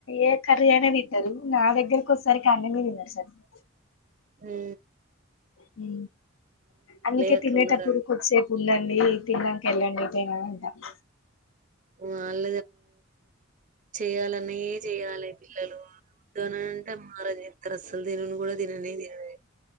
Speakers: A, on the left; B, on the right.
A: ఏ కర్రీ అయినా తింటారు నా దగ్గరకి వచ్చేసరికి అన్నమే తినరు సరిగ్గా
B: హు
A: హు అందుకే
B: అట్లున్నారండి
A: తినేటప్పుడు కొద్దిసేపు ఉండండి తిన్నంక వెళ్ళండి ఎటైనా అంటా <inaudible>
B: వాళ్ళ చెయాలన్నయే చెయ్యాలి పిల్లలు వద్దు అంటే మారం అస్సలు తినను కూడా తిననే తినరు